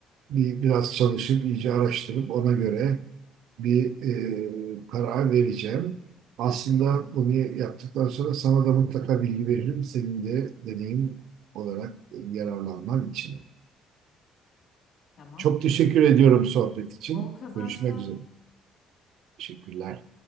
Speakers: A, on the right; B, on the left.
A: bir, biraz çalışıp iyice araştırıp ona göre bir e, karar vereceğim. Aslında bunu yaptıktan sonra sana da mutlaka bilgi veririm. Senin de deneyim olarak yararlanman için.
B: Tamam.
A: Çok teşekkür ediyorum sohbet için.
B: Bol kazançlar.
A: Görüşmek üzere. Teşekkürler.